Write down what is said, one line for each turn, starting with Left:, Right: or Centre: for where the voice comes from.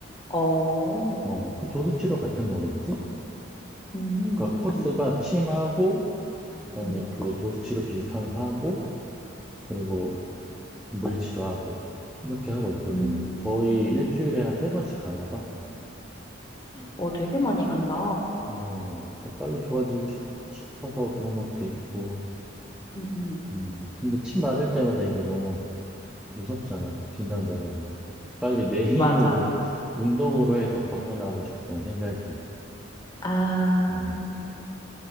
Left: 어,
Centre: 어, 그 도수치료 같은 거겠지?
Left: 음, 음,
Centre: 그러니까
Left: 음.
Centre: 코스가 침하고 그다음에
Left: 음.
Centre: 그 도수치료 비슷한 거 하고 그리고 물리치료하고 이렇게 하고 있거든.
Left: 음.
Centre: 거의 일주일에 한 세 번씩 하나 봐.
Left: 어, 되게 많이 간다.
Centre: 어, 어, 빨리 좋아지고 싶, 싶어서 그런 것도 있고.
Left: 음, 음.
Centre: 음. 근데 침 맞을 때마다 이게 너무 무섭잖아. 긴장돼가지고. 빨리 내 <laughs> 힘으로
Left: 맞아.
Centre: 운동으로 해서 벗어나고 싶은 생각이.
Left: 아,
Centre: 어,